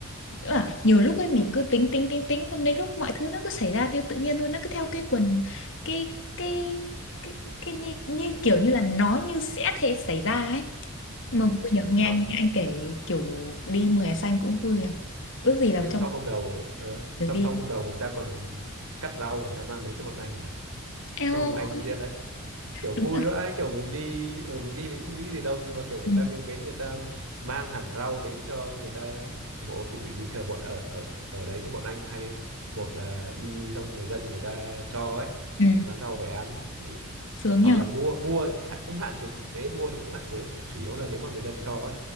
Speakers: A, on the left (about 60°); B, on the right (about 70°).
A: là nhiều lúc ấy mình cứ tính tính tính tính xong đến lúc mọi thứ nó cứ xảy ra theo tự nhiên thôi nó cứ theo cái quần cái cái cái, cái như, như kiểu như là nó như sẽ thế xảy ra ấy
B: đúng
A: mà
B: rồi.
A: vui nhở nghe
B: xong
A: anh, anh kể kiểu đi mùa hè xanh cũng vui nhở ước gì là
B: xong
A: trong
B: sau hôm đầu ờ xong
A: được đi
B: sau hôm đầu người ta còn cắt rau người ta mang đến cho bọn anh mà
A: eo
B: cái hôm anh đi
A: ơi,
B: diễn đấy kiểu vui
A: đúng là
B: vãi kiểu mình đi ở ừ, mình đi mình cũng không nghĩ gì đâu nhưng mà kiểu người
A: ừ.
B: ta quý mến người ta mang hẳn rau đến cho người ta ủng hộ thì bị- bình thường bọn ở ở ở đấy thì bọn anh hay một là đi xong người dân người ta cho ấy
A: ừ.
B: thì mang rau về ăn thì
A: sướng
B: hoặc
A: nhở
B: là mua mua hạn- cũng hạn chế mua thì cũng hạn chế chủ yếu là nếu mà người dân cho ấy